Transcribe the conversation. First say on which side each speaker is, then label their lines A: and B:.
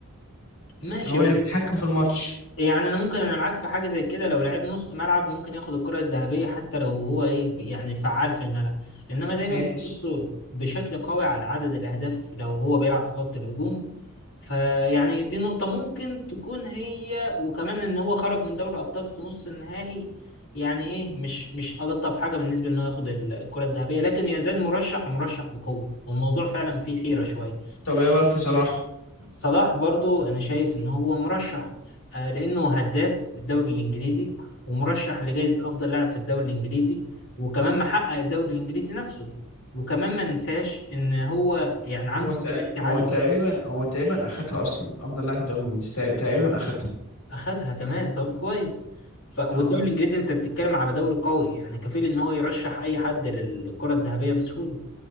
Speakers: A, on the left; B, on the left.
A: ماشي
B: هو
A: بس
B: اللي بيتحكم في الماتش
A: يعني انا ممكن انا معاك في حاجه زي كده لو لعيب نص ملعب ممكن ياخد الكره الذهبيه حتى لو هو ايه يعني فعال في الملعب انما دايما
B: ماشي
A: بيبصوا بشكل قوي على عدد الاهداف لو هو بيلعب في خط الهجوم فيعني دي نقطه ممكن تكون هي وكمان ان هو خرج من دوري الابطال في نص النهائي يعني ايه مش مش الطف حاجه بالنسبه ان هو ياخد الكره الذهبيه لكن يزال مرشح ومرشح بقوه والموضوع فعلا فيه حيره شويه
B: طب ايه رايك في صلاح
A: صلاح برضو انا شايف ان هو مرشح آه، لانه هداف الدوري الانجليزي ومرشح لجائزة افضل لاعب في الدوري الانجليزي وكمان محقق الدوري الانجليزي نفسه وكمان ما ننساش ان هو يعني عنده
B: هو
A: استابيليتي
B: تق...
A: عالية
B: هو تقريبا هو تقريبا اخدها اصلا افضل لاعب في الدوري الانجليزي تق- تقريبا اخدها
A: اخدها كمان طب كويس ف... والدوري
B: اه
A: الانجليزي انت بتتكلم على دوري قوي يعني كفيل ان هو يرشح اي حد للكرة الذهبية بسهولة